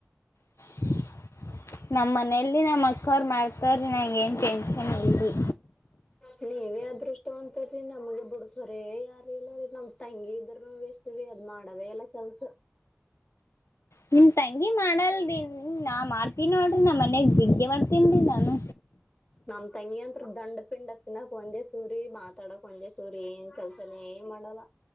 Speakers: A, on the left; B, on the left.
A: <inaudible> ನಮ್ಮ ಮನೆಲ್ಲಿ ನಮ್ಮ ಅಕ್ಕ ಅವ್ರ ಮ್ಯಾಟರ್ ನ್ಯಾಗ ಏನ್ ಟೆನ್ಷನ್ ಇಲ್ರಿ.
B: ನೀ ಏನೇ ಅದೃಷ್ಟವಂತದಿ ನಮಗೆ ಬುಡಸೋರ ಯಾರ ಇಲ್ಲಾರಿ ನಮ ತಂಗಿ ಇದ್ರ ವೇಸ್ ರೀ ಅದ ಮಾಡದೇ ಇಲ್ಲ ಕೆಲ್ಸ.
A: ನಿನ್ ತಂಗಿ ಮಾಡಲ್ರಿ ನಾ ಮಾಡ್ತೀನ ನೋಡ್ರಿ ನಮ್ಮ ಮನ್ಯಗ್ ಜಿಗ್ಗೆ ಮಾಡ್ತನ್ರೀ ನಾನು
B: ನಮ್ಮ ತಂಗಿ ಅಂತ್ರು ದಂಡ ಪಿಂಡ <unintelligible> ಒಂದೇ ಸೂರಿ ಮಾತಾಡಕ್ ಒಂದೇ ಸೂರಿ ಏನ್ ಕೆಲ್ಸ ತಲೆ ಮಾಡಲ್ಲ.